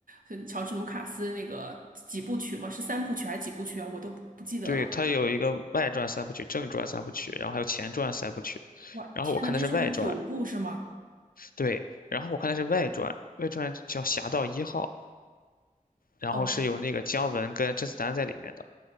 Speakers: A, on the right (about 70°); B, on the left (about 85°).
A: 呃乔治卢卡斯那个几部曲吗？是三部曲还是几部曲啊？我都不不记得了。
B: <laughs> 对，它有一个外传三部曲、正传三部曲，然后还有前传三部曲。
A: 哇，
B: 然后我看的是外传，
A: 天呐，这就是九部是吗？
B: 对，然后我看的是外传，外传叫《侠盗一号》，然后是有那个姜文跟甄子丹在里面的。
A: 哦，